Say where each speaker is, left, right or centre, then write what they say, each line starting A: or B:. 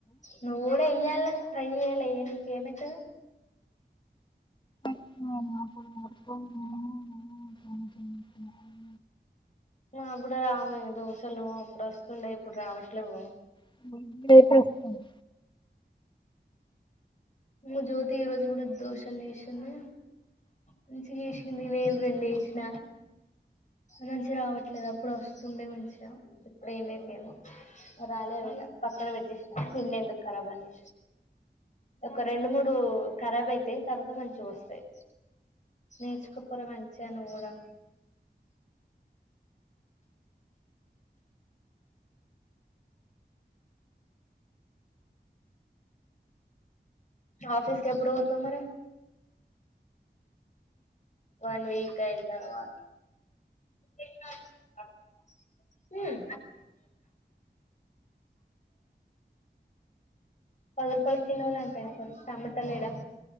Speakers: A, on the left (about 40°); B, on the left (about 25°).
A: నువ్వు కూడా ఇయ్యాల ట్రై చేయాలా ఇగ నీకు ఏమైతది
B: ఆ మ్మ్ హు
A: నా కూడా రావే దోసలు అప్పుడు వస్తుండే ఇప్పుడు రావట్లేవు
B: <unintelligible> లేటెస్తుంది
A: మ్మ్ జ్యోతి ఈ రోజు కూడా దోషాలు చేసింది మంచిగా ఏసింది నేను రెండు ఏసిన మంచిగా రావట్లేదు అప్పుడు వస్తుండే మంచిగా ఇప్పుడు ఏమైందేమో రాలేవ్ ఇగా పక్కన పెట్టటిసిన పిండి ఎందుకు ఖరాబ్ అని ఒక రెండు మూడు ఖరాబ్ అయితాయి తర్వాత మంచిగా వస్తాయి నేర్చుకోపోరా మంచిగా నువ్వు కూడా ఆఫీస్ కి ఎప్పుడు పోతావ్ మరి వన్ వీక్ అయ్యి తరువాత <unintelligible> మ్మ్ పది రూపాయల్ కిలోలంట ఇప్పుడు టమాటాలీడ